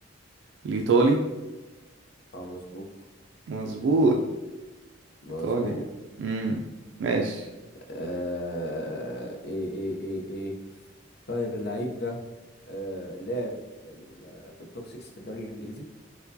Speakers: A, on the right (about 70°); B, on the left (about 55°).
A: الإيطالي
B: اه مظبوط
A: مظبوط
B: مظبوط
A: إيطالي امم ماشي
B: آه ايه ايه ايه ايه طيب اللعيب ده آه لعب في ال- في التوب 6 في الدوري الانجليزي